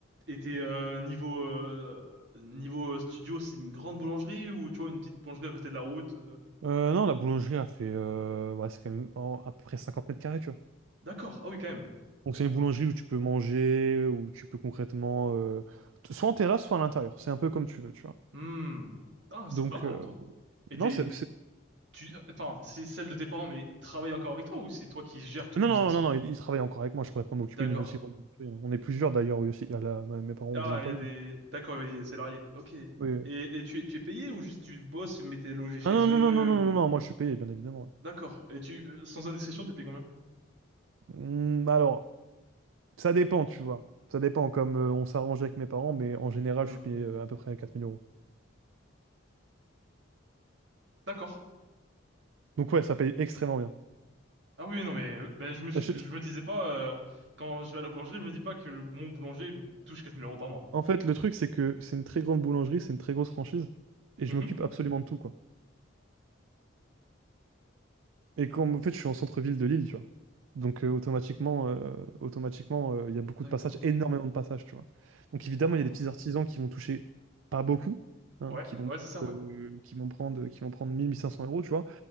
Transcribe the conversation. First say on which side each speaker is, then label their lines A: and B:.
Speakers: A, on the right (about 60°); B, on the right (about 75°).
A: et t'es euh, niveau euh, niveau euh, studio, c'est une grande boulangerie ou tu vois une petite boulangerie à côté de la route? euh
B: Euh, non, la boulangerie a fait, euh, ouais, c'est quand même en- à peu près 50 mètres carrés, tu vois.
A: D'accord. Ah oui, quand même.
B: Donc c'est une boulangerie où tu peux manger, où tu peux concrètement, euh, t- soit en terrasse, soit à l'intérieur. C'est un peu comme tu veux, tu vois.
A: Hmm. Ah, c'est
B: Donc,
A: pas mal,
B: euh,
A: toi. Et
B: non,
A: t'es
B: c'est,
A: tu enfin, c'est celle de tes parents, mais ils travaillent encore avec toi ou c'est toi qui gères tout
B: Non,
A: le business?
B: non, non, non, il, il travaille encore avec moi, je pourrais pas m'occuper
A: D'accord.
B: ni aussi. hein. On est plusieurs d'ailleurs, oui aussi. Il y a la- mes parents ont
A: Ah,
B: des employés.
A: il y a des d'accord, ouais, il y a des salariés. Ok. Et
B: Oui. oui.
A: et tu es tu es payé ou juste tu bosses mais t'es logé chez
B: Ah non,
A: eux
B: non, non, non, non,
A: ou
B: non, non, moi je suis payé, bien évidemment.
A: D'accord. Et tu euh, sans indiscrétion, t'es payé combien?
B: ouais. Hmm, alors, ça dépend, tu vois. Ça dépend, comme euh, on s'arrange avec mes parents, mais en général,
A: Hmm.
B: je suis payé euh, à peu près 4000 euros.
A: D'accord.
B: Donc ouais, ça paye extrêmement bien.
A: Ah oui, non, mais euh, ben, je me suis,
B: Je- je-
A: je me disais pas, euh, quand je vais à la boulangerie, je me dis pas que le, mon boulanger me touche quatre mille euros par mois.
B: en fait, le truc, c'est que c'est une très grande boulangerie, c'est une très grosse franchise, et
A: Mhm.
B: je m'occupe absolument de tout, quoi. Et comme, en fait, je suis en centre-ville de Lille, tu vois. Donc, euh, automatiquement, euh, automatiquement, euh, il y a beaucoup
A: D'accord.
B: de passages, énormément de passages, tu vois. Donc, évidemment,
A: Wow.
B: il y a des petits artisans qui vont toucher pas beaucoup, hein,
A: Ouais,
B: qui vont,
A: ouais, c'est ça, ouais.
B: euh, qui vont prendre, qui vont prendre mille, mille cinq cents euros, tu vois.